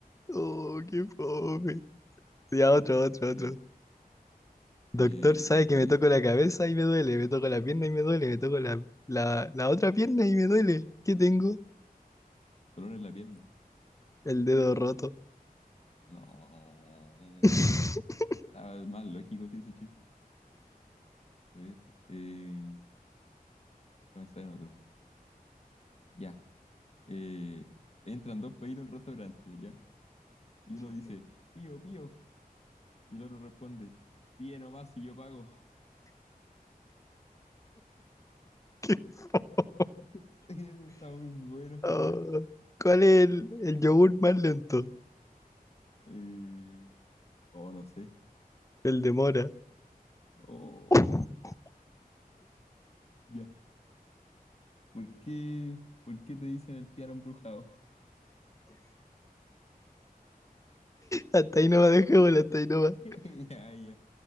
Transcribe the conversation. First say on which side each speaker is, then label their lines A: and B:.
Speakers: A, on the left (about 20°); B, on the left (about 45°).
A: Oh, qué fome. Ya, otro, otro, otro.
B: ya.
A: Doctor
B: Eh,
A: sabe que me toco la cabeza y me duele, me toco la pierna y me duele, me toco la, la, la otra pierna y me duele. ¿Qué tengo?
B: dolor en la pierna.
A: El dedo roto.
B: No.
A: <laughs>
B: Está más lógico sí ese chiste. A ver, eh, déjame pensar en otro. Ya. eh, entran dos países en un restaurante, ¿ya? Y uno dice, pío, pío. Y el otro responde, pío nomás y yo pago. <laughs>
A: Qué fo-
B: Sí, Ese Está muy bueno.
A: Oh, ¿cuál es el, el yogur más lento?
B: Eh, oh, no sé.
A: El de mora.
B: Oh,
A: <laughs>
B: ya. ¿Por qué, por qué te dicen el piano embrujado?
A: Hasta ahí no va, dejémoslo, hasta ahí no va.
B: <laughs> Ya, ya.